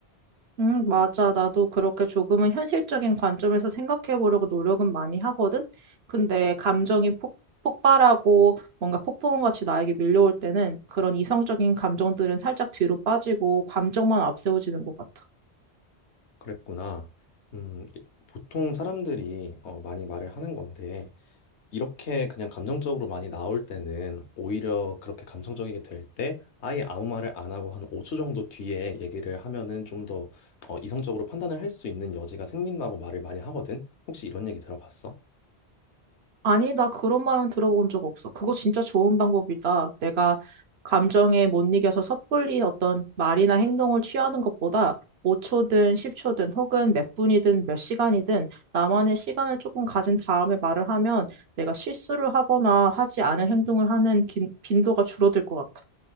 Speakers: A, on the right; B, on the left.
A: 응, 맞아. 나도 그렇게 조금은 현실적인 관점에서 생각해 보려고 노력은 많이 하거든. 근데 감정이 폭, 폭발하고 뭔가 폭풍같이 나에게 밀려올 때는 그런 이성적인 감정들은 살짝 뒤로 빠지고 감정만 앞세워지는 것 같아.
B: 그랬구나. 음, 이- 보통 사람들이 어, 많이 말을 하는 건데, 이렇게 그냥 감정적으로 많이 나올 때는 오히려 그렇게 감성적이게 될 때 아예 아무 말을 안 하고 한 5초 정도 뒤에 얘기를 하면은 좀더 어, 이성적으로 판단을 할 수 있는 여지가 생긴다고 말을 많이 하거든. 혹시 이런 얘기 들어봤어?
A: 아니, 나 그런 말은 들어본 적 없어. 그거 진짜 좋은 방법이다. 내가 감정에 못 이겨서 섣불리 어떤 말이나 행동을 취하는 것보다 5초든 10초든 혹은 몇 분이든 몇 시간이든 나만의 시간을 조금 가진 다음에 말을 하면 내가 실수를 하거나 하지 않은 행동을 하는 빈, 빈도가 줄어들 것 같아.